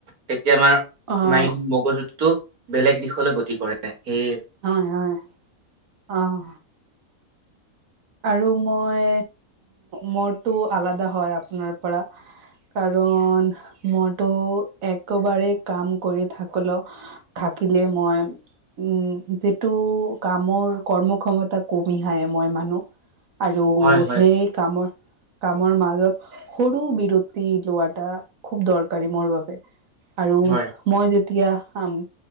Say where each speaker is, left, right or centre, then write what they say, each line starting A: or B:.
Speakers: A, on the right; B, on the right.
A: তেতিয়া আমাৰ
B: অ
A: মাইণ্ড মগজুটো বেলেগ দিশলৈ গতি কৰে সেয়ে।
B: হয় হয়, অঁ। আৰু মই মৰটো আলাদা হয় আপোনাৰ পৰা। কাৰণ মইতো একেবাৰে কাম কৰি থাকলো থাকিলে মই উম যিটো কামৰ কৰ্মক্ষমতা কমিহায় মই মানুহ, আৰু
A: হয় হয়
B: সেই কামৰ কামৰ মাজত সৰু বিৰতি লোৱা এটা খুব দৰকাৰী মোৰ বাবে। আৰু
A: হয়
B: মই যেতিয়া কাম